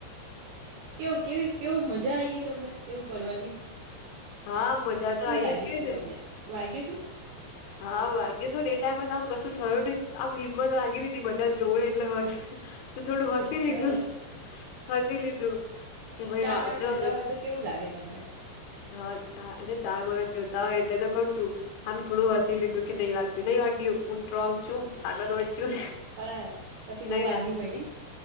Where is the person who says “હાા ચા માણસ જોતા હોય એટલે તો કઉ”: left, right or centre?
Left